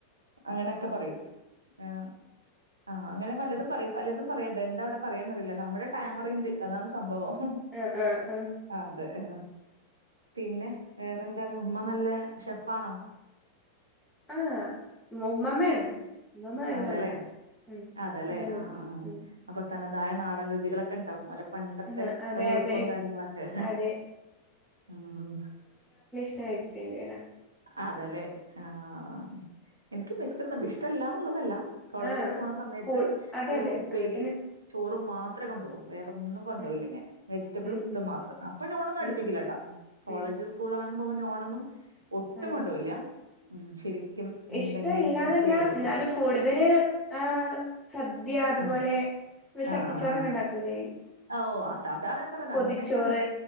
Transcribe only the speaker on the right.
അങ്ങനെയൊക്കെ പറയും ആഹ് ആഹ് അങ്ങനെ പലതും പറയും പലതും പറയണ്ട് എന്താ അവിടെ പറയായെന്നറിയില്ല നമ്മുടെ ടാമറിന്റെ
അതാണ് സംഭവം
അതെ ആ പിന്നെ വേറെന്താണ് ഉമ്മ നല്ല ഷെഫാണോ?
അതെല്ലേ
അതെല്ലേ
ആഹ്
ആഹ് ആഹ്
അപ്പൊ തനതായ നാടൻ രുചികളൊക്കെ ണ്ടാവും അവര് പണ്ടത്തെ
ഒരു വെപ്പും
കാര്യങ്ങളൊക്കെ
ഉം
അതല്ലേ ആഹ് എനിക്ക് മിക്സിർ ഇഷ്ടല്ലാന്നുള്ളതല്ല കോളേജിലൊക്കെ
പോണ സമയത്ത്
ഒരു
ഉപ്പേരിയും
ചോറും മാത്രെ കൊണ്ടുകൂ വേറൊന്നും കൊണ്ടപോയില്ല
ഞാൻ വെജിറ്റബിളും
ഇത്
മാത്രം അപ്പൊ ഞോണന്നും അടുപ്പിക്കില്ലേട്ടാ
കോളേജ്
സ്കൂള അങ്ങന്നും പോകുമെ ഞോണൊന്നും ഒട്ടും
കൊണ്ടുപോയില്ല ഉം ശരി <unintelligible> എന്തെങ്കിലും
ഉപ്പേരികളോ
അതെ. ആ,
ആ, ആ.
ഓ അഹ് അതാ ഞാൻ പറയത്
അങ്ങനെയൊക്കെയാണ്